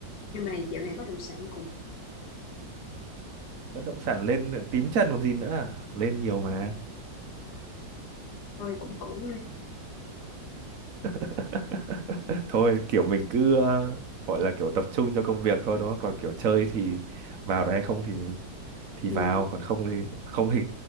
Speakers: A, on the left; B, on the right.
A: nhưng mà dạo này bất động sản cũng
B: bất động sản lên tím chân còn gì nữa à? lên nhiều mà
A: thôi cũng cũng lên
B: <laughs> thôi kiểu mình cứ ờ, gọi là kiểu tập trung cho công việc thôi đúng không còn kiểu chơi thì vào được hay không thì thì
A: ừ.
B: vào còn không thì không thì